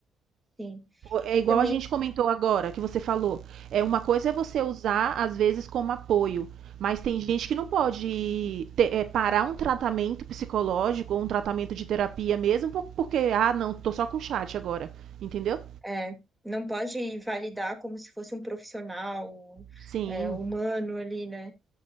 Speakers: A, in the centre; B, on the right.
A: sim.
B: É
A: E
B: igual
A: também.
B: a gente comentou agora, que você falou. É uma coisa é você usar, às vezes, como apoio. Mas tem gente que não pode ter- é, parar um tratamento psicológico ou um tratamento de terapia mesmo, por- porque, ah, não, tô só com chat agora. Entendeu?
A: É, não pode validar como se fosse um profissional,
B: Sim,
A: é, humano ali, né?